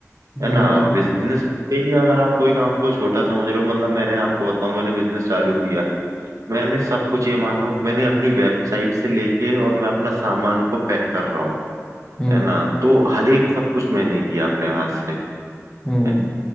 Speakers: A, on the left; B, on the right.
A: हम्म
B: है ना बिजनेस यही है, अगर आप कोई काम को छोटा समझ रहे हो मतलब मैंने आपको बताऊं मैंने बिजनेस चालू किया मैंने सब कुछ ये मानो मैंने अपनी वेबसाइट से लेके और मैं अपना सामान को पैक कर रहा हूँ
A: हम्म
B: है ना तो हर एक सब कुछ मैंने किया अपने हाथ से
A: हम्म
B: है।